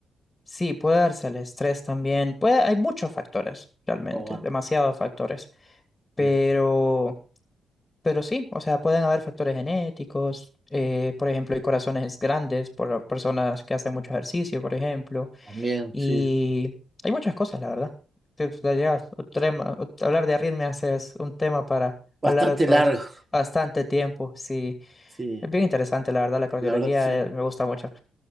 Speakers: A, on the left (about 20°); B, on the right (about 30°).
A: Sí, puede darse el estrés también. Puede, hay muchos factores, realmente,
B: O a-
A: demasiados factores. Pero,
B: sí,
A: pero sí, o sea, pueden haber factores genéticos, eh, por ejemplo, hay corazones grandes por personas que hacen mucho ejercicio, por ejemplo
B: También,
A: Y
B: sí.
A: hay muchas cosas, la verdad. Te- te llegas- otro tema- ot- hablar de arritmias es un tema para
B: Bastante
A: hablar otros
B: largo.
A: bastante tiempo. Sí,
B: Sí,
A: es bien interesante, la verdad, la cardiología
B: la verdad que sí.
A: eh, me gusta mucho.